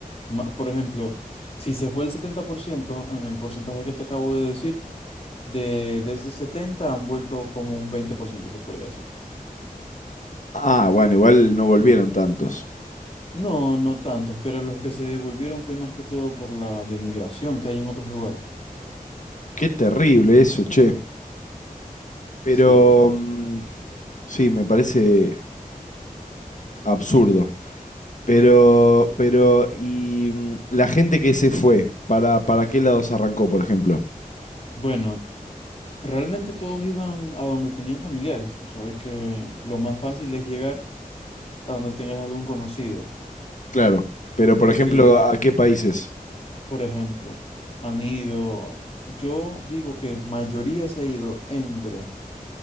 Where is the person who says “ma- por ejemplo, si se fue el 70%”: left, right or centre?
Left